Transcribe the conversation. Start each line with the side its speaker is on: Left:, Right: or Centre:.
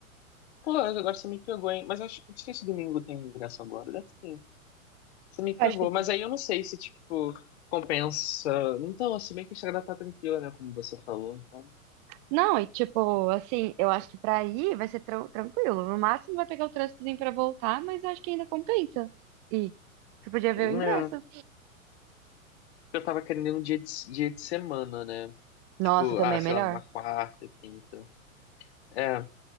Left: Pô, agora você me pegou, hein? Mas acho que não sei se domingo tem ingresso agora, deve ter. Você me
Right: Eu
Left: pegou,
Right: acho que.
Left: mas aí eu não sei se, tipo, compensa. Então, se bem que a estrada tá tranquila, né? Como você falou. Então,
Right: Não, e tipo, assim, eu acho que pra ir vai ser tran- tranquilo. No máximo vai pegar o trânsitozinho pra voltar, mas eu acho que ainda compensa. E você podia ver
Left: é,
Right: o ingresso.
Left: eu tava querendo um dia de, dia de semana, né?
Right: Nossa,
Left: Tipo,
Right: também
Left: ah,
Right: é
Left: sei
Right: melhor.
Left: lá, numa quarta, quinta. É,